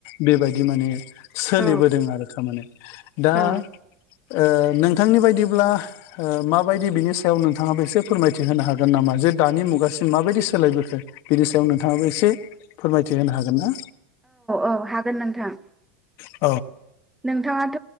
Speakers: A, on the left (about 55°); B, in the centre.
A: बेबायदि माने सोलिबोदों
B: औ
A: आरो। थारमाने दा
B: औ
A: ओ नोंथांनि बायदिब्ला ओ माबायदि बिनि सायाव नोंथाङाबो एसे फोरमायथि होनो हागोन नामा? जे दानि मुगासिम माबायदि सोलायबोखो बिनि सायाव नोंथांङाबो एसे फोरमायथि होनो हागोन ना?
B: औ हागोन नोंथां
A: <inaudible>
B: नोंथाङाथ